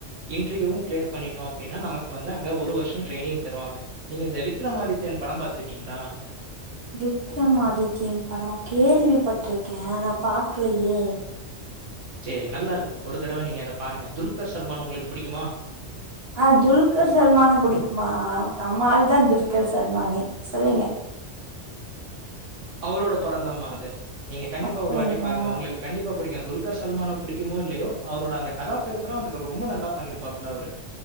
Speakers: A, on the right; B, on the right.
A: இன்டர்வியூவும் கிளியர் பண்ணிட்டோம் அப்பிடின்னா நமக்கு வந்து அங்க ஒரு வருஷம் ட்ரைனிங் தருவாங்க நீங்க இந்த விக்ரமாதித்யன் படம் பாத்திருக்கீங்களா
B: விக்ரம் ஆதித்யன் படம் கேள்வி பட்ருக்க ஆனா பாக்லயே
A: சரி நல்லா இருக்கும் ஒரு தடவ நீங்க அத பாருங்க துல்கர் சல்மான் உங்களுக்கு புடிக்குமா
B: ஆ துல்கர் சல்மான புடிக்குமா நம்மாள் தான் துல்கர் சல்மானே சொல்லுங்க
A: அவரோட படம் தான் மா அது நீங்க கண்டிப்பா
B: அப்டிங்களா
A: ஒரு வாட்டி பாருங்க உங்களுக்கு கண்டிப்பா புடிக்கும் துல்கர் சல்மான புடிக்குமோ இல்லயோ அவரோட அந்த கதாபேத்திரோ அதுல ரொம்ப நல்லா பண்ணிருப்பாபல அவரு